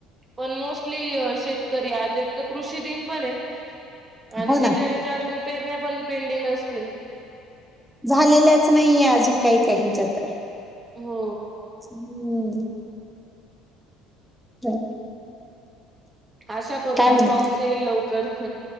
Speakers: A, on the right (about 25°); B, in the centre.
A: पण मोस्टली शेतकरी, आज एक तर कृषी दिन पण आहे. आणि
B: हो
A: बिचऱ्याच्या
B: ना.
A: अजून पेरण्या पण पेंडिंग नसतील.
B: झालेल्याच नाहीये अजून काही काहीच्या तर.
A: हो.
B: हम्म. हो.
A: आशा करूयात
B: काय म्हणता?
A: पाऊस येईल लवकर.